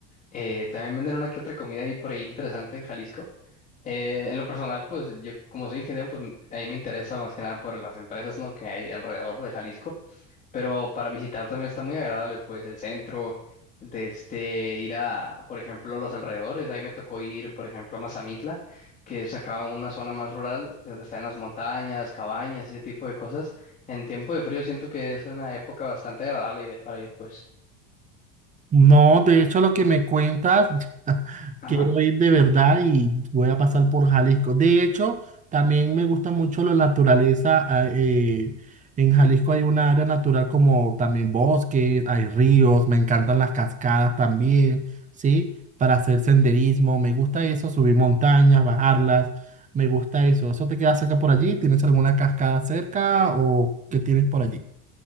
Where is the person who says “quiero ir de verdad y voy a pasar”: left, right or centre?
Right